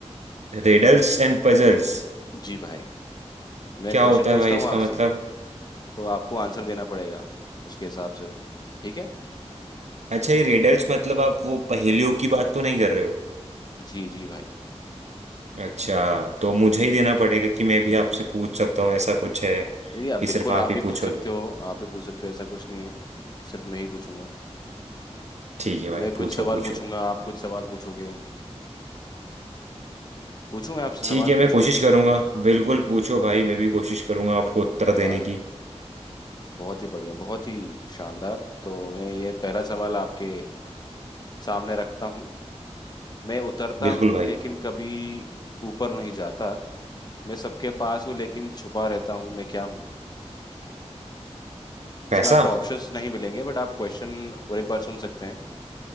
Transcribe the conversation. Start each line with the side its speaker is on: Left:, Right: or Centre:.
Right: Riddles and puzzles
Left: जी भाई मैं
Right: क्या
Left: क्वेश्चन
Right: होता
Left: पूछता
Right: है भाई
Left: हूँ
Right: इसका
Left: आपसे
Right: मतलब
Left: तो आपको आंसर देना पड़ेगा उसके हिसाब से ठीक है
Right: अच्छा ये रेडल्स मतलब आप वो पहेलियों की बात तो नहीं कर रहे हो
Left: जी जी भाई
Right: अच्छा तो मुझे ही देना पड़ेगा कि मैं भी आपसे पूछ सकता हूँ ऐसा कुछ है
Left: नहीं नहीं, आप
Right: कि
Left: बिल्कुल
Right: सिर्फ आप
Left: आप भी
Right: ही
Left: पूछ
Right: पूछोगे
Left: सकते हो आप भी पूछ सकते हो ऐसा कुछ नहीं है कि सिर्फ मैं ही पूछूंगा
Right: ठीक है भाई
Left: मैं कुछ
Right: पूछो
Left: सवाल
Right: पूछो
Left: पूछूंगा आप कुछ सवाल पूछोगे पूछूं मैं आपसे
Right: ठीक
Left: सवाल
Right: है मैं
Left: पूछूं
Right: कोशिश करूंगा बिल्कुल पूछो भाई मैं भी कोशिश करूंगा आपको उत्तर
Left: वाह
Right: देने
Left: यार
Right: की
Left: बहुत ही बढ़िया बहुत ही शानदार तो मैं ये पहला सवाल आपके सामने रखता हूँ मैं उतरता
Right: बिल्कुल
Left: हूँ
Right: भाई
Left: लेकिन कभी ऊपर नहीं जाता मैं सबके पास हूँ लेकिन छुपा रहता हूँ मैं क्या हूँ इसमें
Right: पैसा
Left: आपको ऑप्शंस नहीं मिलेंगे बट आप क्वेश्चन और एक बार सुन सकते हैं